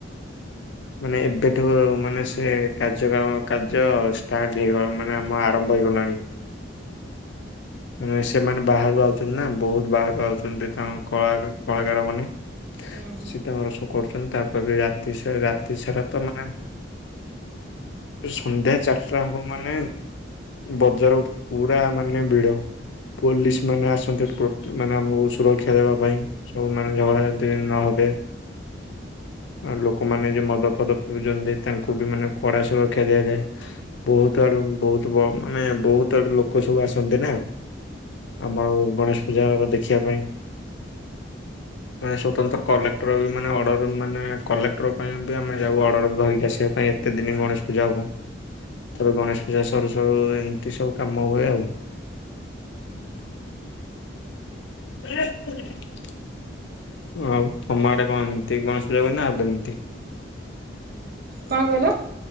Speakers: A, on the left (about 70°); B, on the right (about 50°).
A: <inaudible> ମାନେ ଏବେଠୁ ମାନେ ସେ କାର୍ଯ୍ୟ କାର୍ଯ୍ୟ ଷ୍ଟାର୍ଟ ହେଇଗ ମାନେ ଆମ ଆରମ୍ଭ ହେଇଗଲାଣି। ମେ ସେମାନେ ବାହାରୁ ଆଉଛନ୍ତି ନା ବହୁତ ବାହାରକୁ ଆଉଛନ୍ତି ତାଙ୍କ କଳା କଳାକାର ମାନେ।
B: ହୁଁ ହୁଁ
A: ସେ ତାଙ୍କର ସବୁ କରୁଛନ୍ତି ତାପରେ ବି ରାତି ସାରା ରାତି ସାରା ତ ମାନେ ସନ୍ଧ୍ୟା ଚାରିଟା ହବ ମାନେ ବଜାର ପୁରା ମାନେ ଭିଡ ପୋଲିସ ମାନେ ଆସନ୍ତି। <unintelligible> ସୁରକ୍ଷା ଦେବା ପାଇଁ ସବୁ ମାନ ଝଗଡ଼ା ଝାଣ୍ଟି ଯେମିତି ନ ହେବେ। ଆଉ ଲୋକମାନେ ଯଉ ମଦ ଫଦ ପିଉଛନ୍ତି ତାଙ୍କୁ ବି ମାନେ କଡା ସୁରକ୍ଷା ଦିଆଯାଏ। ବହୁତ ଆଡୁ ବହୁତ ମାନେ ବହୁତ ଆଡୁ ଲୋକ ସବୁ ଆସନ୍ତି ନା। ଆମର ଗଣେଶ ପୂଜା ଦେଖିବା ପାଇଁ। ମାନେ ସ୍ଵତନ୍ତ୍ର କଲେକ୍ଟର ବି ମାନେ ଅର୍ଡର ମାନେ କଲେକ୍ଟର ପାଇଁ ବି ଆମେ ଯାଉ ଅର୍ଡର ଧରିକି ଆସିବା ପାଇଁ। କେତେ ଦିନ ଗଣେଶ ପୂଜା ହବ ତାପରେ ଗଣେଶ ପୂଜା ସରୁ ସରୁ ଏମିତି ସବୁ କାମ ହୁଏ ଆଉ।
B: ହୁଁ। <inaudible>
A: <unintelligible> ଆଉ ତମ ଆଡେ କଣ ଏମିତି ଗଣେଶ ପୂଜା ହୁଏନା ନା ଆଉ କେମିତି?
B: କଣ କହିଲ?